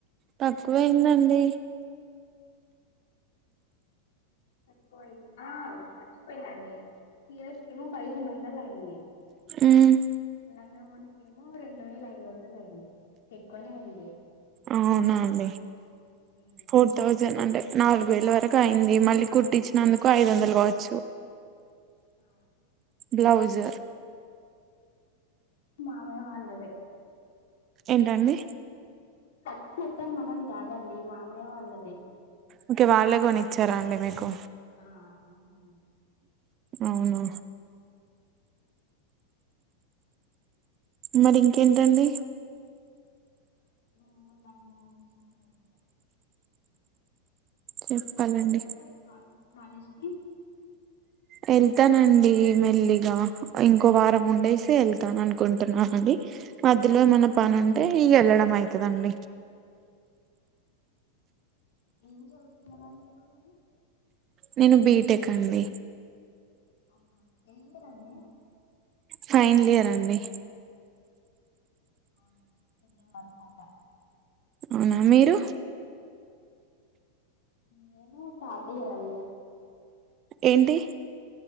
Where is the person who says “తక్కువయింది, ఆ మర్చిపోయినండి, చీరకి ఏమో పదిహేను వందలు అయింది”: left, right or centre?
Left